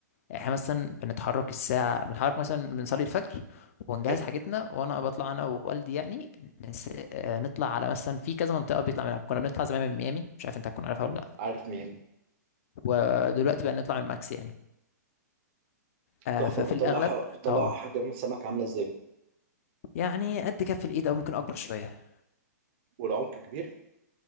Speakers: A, on the left; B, on the right.
A: يعني احنا مثلا بنتحرك الساعة بنتحرك مثلا بنصلي الفجر ونجهز
B: حلو
A: حاجتنا وانا بطلع انا ووالدي يعني نس... آه، نطلع على مثلا في كذا منطقة بيطلع منها كنا بنطلع زمان من ميامي مش عارف انت هتكون عارفها ولا لا
B: عارف مين
A: ودلوقتي بقى نطلع من ماكس يعني آه
B: تحفه
A: ففي
B: بتطلع
A: الاغلب
B: بتطلع
A: اه
B: احجام السمك عامله ازاي
A: يعني قد كف الايد او ممكن اكبر شوية
B: والعمق كبير